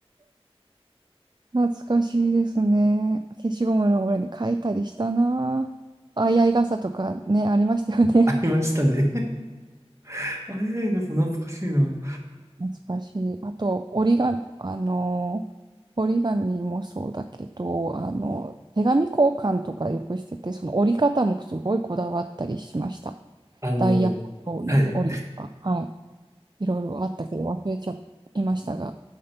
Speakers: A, on the right (about 45°); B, on the right (about 30°).
A: 懐かしいですね。消しゴムの裏に書いたりしたな。あいあい傘とかね、ありましたよね。
B: <laughs> ありましたね。<laughs> あ、いやいや、懐かしいな。
A: 難しい。あと、折り紙、あの、折り紙もそうだけど、あの、手紙交換とかよくしてて、その折り方もすごいこだわったりしました。
B: あの、
A: ダイヤモンドの折りとか、
B: はい。
A: はい。いろいろあったけど忘れちゃいましたが、